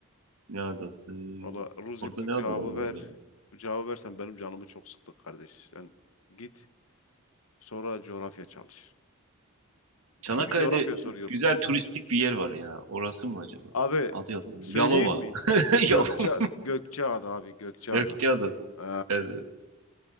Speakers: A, on the right; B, on the left.
A: Ne adası?
B: Valla Ruzi
A: Orada
B: bu
A: ne
B: cevabı
A: adalar var
B: ver.
A: ya?
B: Bu cevabı versen benim canımı çok sıktı kardeş. Sen git sonra coğrafya çalış.
A: Çanakkale'de
B: Çünkü coğrafya soruyor
A: güzel
B: bu.
A: turistik bir yer var ya. Orası mı acaba?
B: Abi
A: Adı yok.
B: söyleyeyim
A: Yalova.
B: mi?
A: <laughs>
B: Gökçe
A: Yalova.
B: Gökçeada abi Gökçeada.
A: Gökçeada.
B: Ee,
A: Evet. evet.